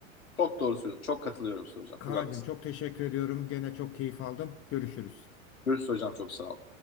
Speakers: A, on the left; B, on the left.
A: Çok doğru söylüyorsun. Çok katılıyorum Su hocam.
B: Kaan'cığım
A: Çok haklısın.
B: çok teşekkür ediyorum. Gene çok keyif aldım. Görüşürüz.
A: Görüşürüz hocam. Çok sağ ol.